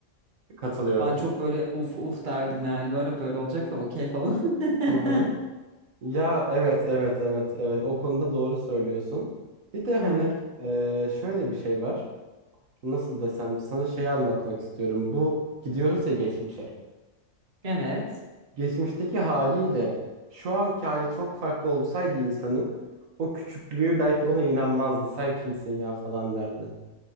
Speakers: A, on the right; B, on the right.
A: Katılıyorum.
B: Ben çok böyle uf uf derdim yani böyle böyle olacaksam okey falan.
A: Hı hı.
B: <laughs>
A: Ya evet evet evet evet o konuda doğru söylüyorsun. Bir de hani
B: Evet.
A: e, şöyle bir şey var. Nasıl desem sana şeyi anlatmak istiyorum. Bu gidiyoruz ya geçmişe.
B: Evet.
A: Geçmişteki haliyle şu anki hali çok farklı olsaydı insanın o küçüklüğü belki ona inanmazdı. Sen kimsin ya falan derdi.